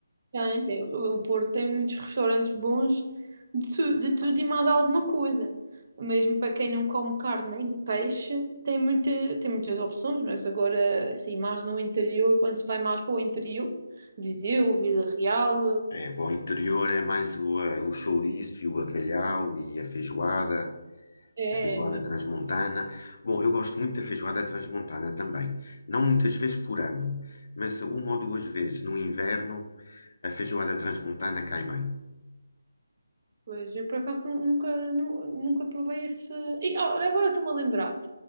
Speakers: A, on the right; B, on the left.
A: tem, tem. O o Porto tem muitos restaurantes bons de, tu- de tudo e mais alguma coisa. Mesmo para quem não come carne nem peixe, tem, muita, tem muitas opções, mas agora, assim, mais no interior, quando se vai mais para o interior, Viseu, Vila Real,
B: É, para o interior é mais o, eh, o chouriço e o bacalhau e a feijoada,
A: é,
B: a feijoada transmontana. Bom, eu gosto muito da feijoada transmontana também. Não muitas vezes por ano, mas uma ou duas vezes no inverno a feijoada transmontana cai bem.
A: Pois, eu por acaso nu- nunca, nu- nunca provei esse. E, ó, agora estou-me a lembrar.